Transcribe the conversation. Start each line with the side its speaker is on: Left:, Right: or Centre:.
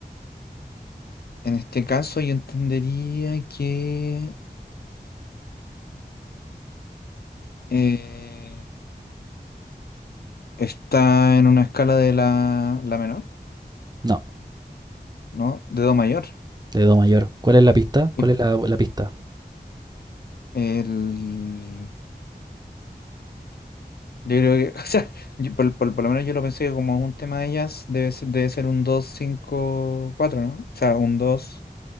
Left: en este caso yo entendería que eh, está en una escala de la, la menor,
Right: No,
Left: ¿no? De do mayor.
Right: de Do mayor. ¿Cuál es la pista? ¿Cuál
Left: Y
Right: es la, la pista?
Left: el, yo creo que, <laughs> o sea, yo por, por- por lo menos yo lo pensé que como es un tema de ellas debe ser, debe ser un 2 5 4, ¿no? O sea, un dos